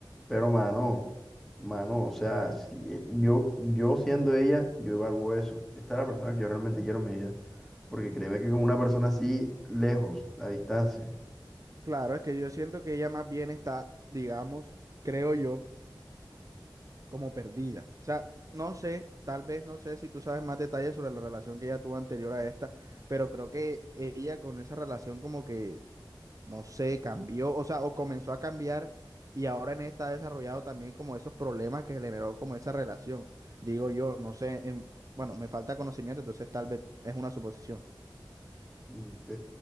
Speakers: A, in the centre; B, on the right.
A: Pero mano, mano, o sea, si- eh, yo, yo siendo ella, yo evalúo eso. Esta es la persona que yo realmente quiero en mi vida. Porque créeme que con una persona así, lejos, a distancia.
B: Claro, es que yo siento que ella más bien está, digamos, creo yo, como perdida. O sea, no sé, tal vez no sé si tú sabes más detalles sobre la relación que ella tuvo anterior a esta, pero creo que ella con esa relación como que, no sé, cambió, o sea, o comenzó a cambiar y ahora en esta ha desarrollado también como esos problemas que generó como esa relación. Digo yo, no sé, en- bueno, me falta conocimiento, entonces tal vez es una suposición.
A: mm, Ok.